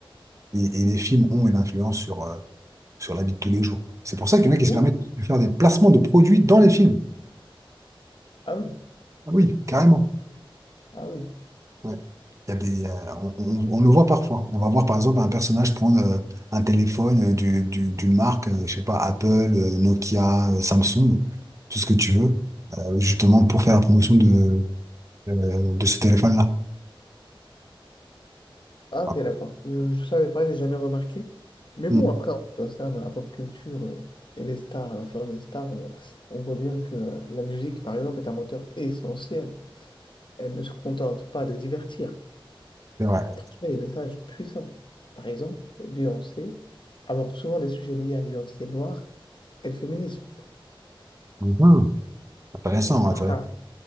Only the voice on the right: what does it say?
et, et les films ont une influence sur, euh, sur la vie de tous les jours. C'est pour ça qu'il y en a qui se
permettent de faire des placements de produits dans les films.
Ah oui, carrément.
Ouais. Il y a des, euh, on, on- on le voit parfois. On va voir par exemple un personnage prendre euh, un téléphone euh, du- du- d'une marque, euh, je sais pas, Apple, euh, Nokia, euh, Samsung, tout ce que tu veux, euh, justement pour faire la promotion de, euh, de ce téléphone-là.
Ah,
Mm,
C'est vrai.
Mhm. Intéressant, intéressant.